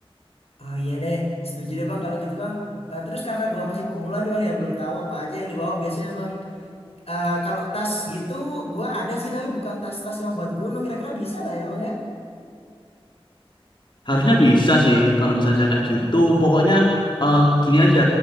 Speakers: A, on the left (about 85°); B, on the left (about 50°).
A: Oh iya deh, setuju deh Bang kalau gitu Bang. Eh, terus karena gua masih pemula nih Bang ya, belum tahu apa aja yang dibawa biasanya Bang. Eh, kalau tas gitu, gua ada sih tapi bukan tas-tas yang buat gunung. Kira-kira bisa nggak ya Bang ya?
B: Harusnya bisa sih kalau misalnya kayak gitu. Pokoknya eh, gini aja.